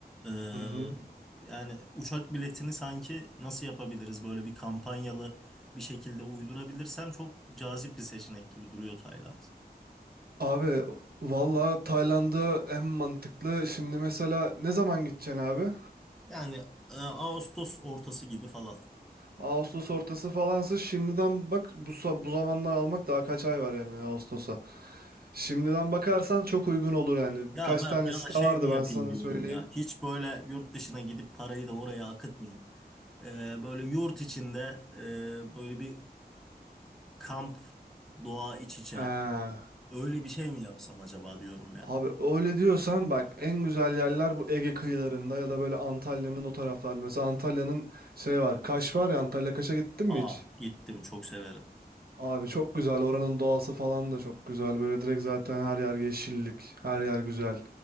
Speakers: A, in the centre; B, on the right.
A: Ee,
B: Hı hı.
A: yani uçak biletini sanki nasıl yapabiliriz böyle bir kampanyalı bir şekilde uydurabilirsem çok cazip bir seçenek gibi duruyor Tayland.
B: Abi valla Tayland'a en mantıklı. Şimdi mesela ne zaman gideceksin abi?
A: Yani e, Ağustos ortası gibi falan.
B: Ağustos ortası falansa şimdiden bak bu, sa- bu zamandan almak daha kaç ay var yani Ağustos'a. Şimdiden bakarsan çok uygun olur yani.
A: Ya
B: Birkaç
A: Mert
B: tane
A: ya
B: site
A: da şey
B: vardı
A: mi yapayım
B: ben sana
A: diyorum
B: söyleyeyim.
A: ya. Hiç böyle yurt dışına gidip parayı da oraya akıtmayayım. Ee, böyle yurt içinde e, böyle bir kamp, doğa iç içe
B: Ee,
A: öyle bir şey mi yapsam acaba diyorum ya.
B: abi öyle diyorsan bak en güzel yerler bu Ege kıyılarında ya da böyle Antalya'nın o taraflarda. Mesela Antalya'nın şey var Kaş var ya Antalya Kaş'a gittin
A: Ah
B: mi hiç?
A: gittim çok severim.
B: Abi çok güzel oranın doğası falan da çok güzel. Böyle direkt zaten her yer yeşillik, her yer güzel.